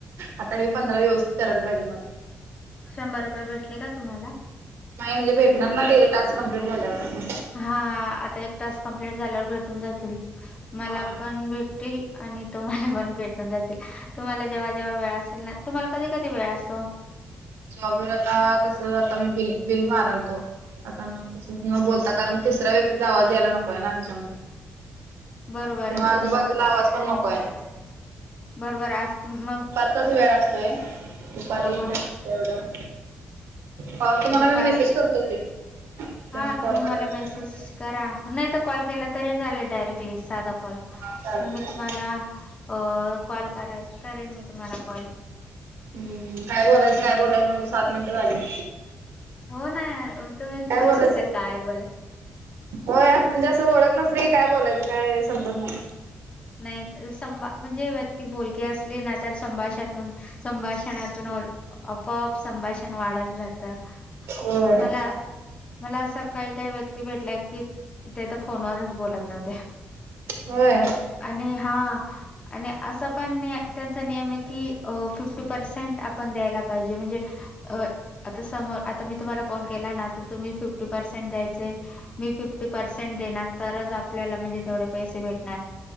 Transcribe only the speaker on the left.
शंभर रुपये भेटले का तुम्हाला
कि नाही
हा आता एक तास कम्प्लीट झाल्यावर भेटून जातील मला
पण भेट तील आणि तुम्हाला पण भेटून जातील. तुम्हाला जेव्हा जेव्हा वेळ असेल ना तुम्हाला कधी कधीे वेळ असतो.
बरोबर
आहे मग
बरोबरं आज मग
हा
हा
दुपार
हा
तुम्ही
मला मेसेज
करा नाही तर कॉल केला तरी चालेल डायरेक्टली साधा कॉल
मग मी तुम्हाला अ कॉल करा करेन मी तुम्हाला कॉल
असं
हो ना यार तुम्हीच
बोलत
होत्या
काय
बोलायच
नाही संभा म्हणजे व्यक्ती बोलकीे असली ना तर संभाषातून संभाषणातून आपोआप संभाषण वाढायला जातं.
मला मला अशा काही काही व्यक्ती भेटल्या येत की त्या तर फोनवरच बोलत नव्हत्या.
आणि हा आणि असा पण त्यांचा नियम आहे की अ फिफ्टी पर्सेंट आपण द्यायला पाहिजे म्हणजे आता समोर आता मी तुम्हाला फोन केला ना तर तुम्ही फिफ्टी पर्सेंट द्यायचे मी फिफ्टी पर्सेंट देणार तरच आपल्याला म्हणजे तेवढे पैसे भेटणार.